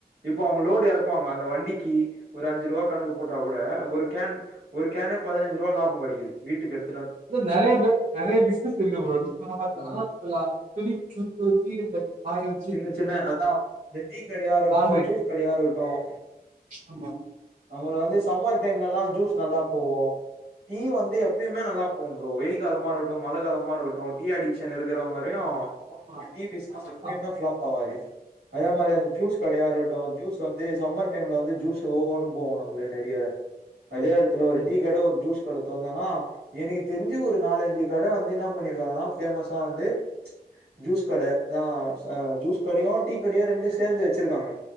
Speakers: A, on the right; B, on the right.
A: இப்போ அவங்க லோடு இறக்குவாங்க அந்த வண்டிக்கு ஒரு அஞ்சு ரூபா கணக்கு போட்டால் கூட ஒரு கேன் ஒரு கேனு பதினஞ்சு ரூபா லாபம் கிடைக்குது வீட்டுக்கு எடுத்
B: நெறைய பே நெறைய பிசினஸ் இருக்கு நீ சொன்ன மாதிரிதான்
A: ம்
B: துணி துணி வச்சு இந்த காய வ
A: சின்ன சின்ன அதான் இந்த டீ கடையா இருட்டும்
B: லாண்ட்ரி
A: ஜூஸ் கடையா இருக்கட்டும்
B: ஆமா
A: நம்மள வந்து சம்மர் டைம்ல எல்லா ஜூஸ் நல்லா போவோம் டீ வந்து எப்பயுமே நல்லா போம் ப்ரோ வெயில் காலமா இருக்கட்டும் மழை காலமா இருக்கட்டும் டீ அடிக்ஷன் இருக்கிறவங்கவரையும்
B: ஆமா
A: வ டி பிசினஸ்
B: ஆமா
A: இப்பங்க
B: ஆமா
A: ஃபிளாப் ஆகாது அதே மாதிரி அந்த ஜூஸ் கடைய இருக்க அப்புறோ ஜூஸ் வந்து சம்மர் டைம்ல வந்து ஜூஸ் ஓகோன்னு போவோம் நம்மளுக்கு நெறைய அதே இடத்துல ஒரு
B: சரி
A: டீ கட ஒரு ஜூஸ் கட தொரோந்தன எனக்கு தெரிஞ்சு ஒரு நாலஞ்சு கட வந்து என்ன பண்ணிருக்காங்கன்னா பேமஸா வந்து ச்சு ஜூஸ் கட தா ஆ ஜூஸ் கடையோ டீ கடையோ ரெண்டு சேர்ந்து வச்சிருக்காங்க